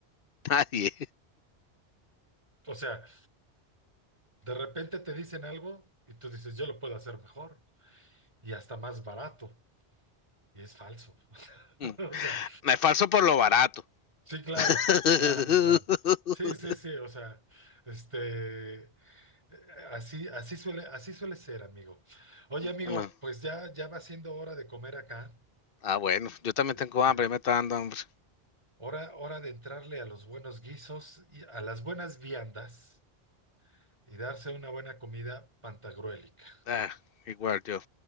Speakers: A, on the left (about 60°); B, on the right (about 30°).
A: <laughs> Nadie.
B: O sea, de repente te dicen algo y tú dices, yo lo puedo hacer mejor y hasta más barato, y es falso. <laughs>
A: Mm.
B: O sea,
A: Me falso por lo barato.
B: sí, claro,
A: <laughs>
B: claro, claro. Sí, sí, sí, o sea, este, eh, así, así suele, así suele ser, amigo. Oye, amigo,
A: No.
B: pues ya, ya va siendo hora de comer acá.
A: Ah, bueno, yo también
B: Este,
A: tengo hambre, me está dando hambre.
B: hora, hora de entrarle a los buenos guisos y a las buenas viandas y darse una buena comida pantagruélica.
A: Ah, igual yo.